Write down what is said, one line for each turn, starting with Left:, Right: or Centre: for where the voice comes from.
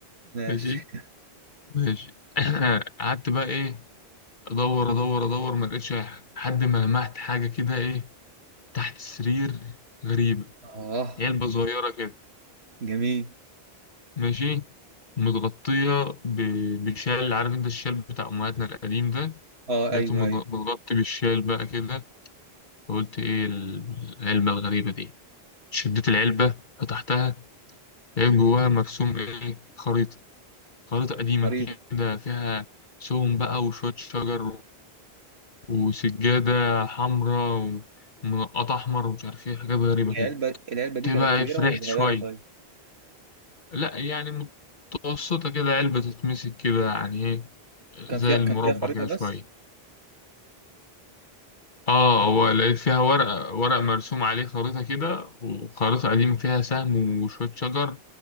Right: ماشي
Left: ماشي ماشي
Right: <laughs>
Left: <clears throat> قعدت بقى ايه ادور ادور ادور ما لقيتش اي حاجه لحد ما لمحت حاجه كده ايه تحت السرير غريبه
Right: اه
Left: علبه صغيره كده
Right: جميل
Left: ماشي متغطيه ب- بشال عارف انت الشال بتاع امهاتنا القديم ده
Right: اه
Left: لقيته
Right: ايوه
Left: متغ-
Right: ايوه
Left: متغطي بالشال بقى كده فقلت ايه العلبه الغريبه دي شديت العلبه فتحتها لقيت جواها مرسوم ايه خريطه خريطه قديمه
Right: خريطه
Left: كده فيها سهم بقى وشويه شجر وسجادة حمراء ومنقطة أحمر ومش عارف إيه حاجات غريبة
Right: العلبه
Left: كده
Right: العلبه دي
Left: تبقى
Right: كانت كبيره
Left: إيه، فرحت
Right: ولا
Left: شوية
Right: صغيره طيب
Left: لأ يعني متوسطة كده علبة تتمسك كده يعني إيه
Right: وكان
Left: زي
Right: فيها
Left: المربع
Right: كان فيها خريطه
Left: كده
Right: بس
Left: شوية آه هو لقيت فيها ورق ورق مرسوم عليه خريطة كده وخريطة قديمة فيها سهم وشوية شجر